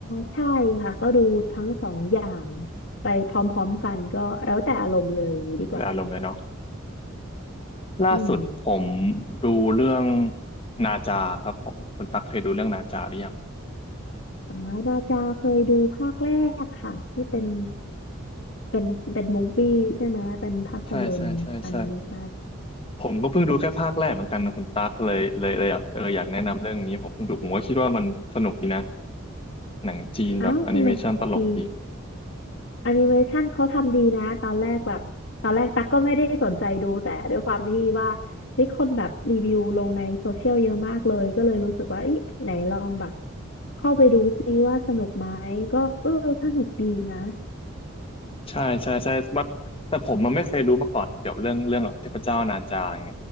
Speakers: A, on the left; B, on the left.
A: ใช่ค่ะก็ดูทั้งสองอย่างไปพร้อมๆกันก็แล้วแต่อารมณ์เลยอย่างนี้ดีกว่า
B: เป็นอารมณ์เลยเนาะล่าสุดผม
A: อืม
B: ดูเรื่องนาจาครับผมคุณตั๊กเคยดูเรื่องนาจาหรือยัง
A: อ่านาจาเคยดูภาคแรกค่ะที่เป็นเป็นเป็นมูฟวี่ใช่ไหมเป็นภาพยนตร์แอนิเมชัน
B: ใช่ใช่ใช่ใช่ผมก็เพิ่งดูแค่ภาคแรกเหมือนกันนะคุณตั๊กเลยเลยเลยอยากเอออยากแนะนำเรื่องนี้ผมเพิ่งดูผมก็คิดว่ามันสนุกดีนะหนังจีนแบบแอนิเมชันตลกดี
A: อ้าวสนุกดีแอนิเมชันเขาทำดีนะตอนแรกแบบตอนแรกตั๊กก็ไม่ได้สนใจดูแต่ด้วยความที่ว่ามีคนแบบรีวิวลงในโซเชียลเยอะมากเลยก็เลยรู้สึกว่าอีไหนลองแบบเข้าไปดูซิว่าสนุกไหมก็เออสนุกดีนะ
B: ใช่ใช่ใช่มันแต่ผมมันไม่เคยรู้มาก่อนเกี่ยวเรื่องเรื่องแบบเทพเจ้านาจาไง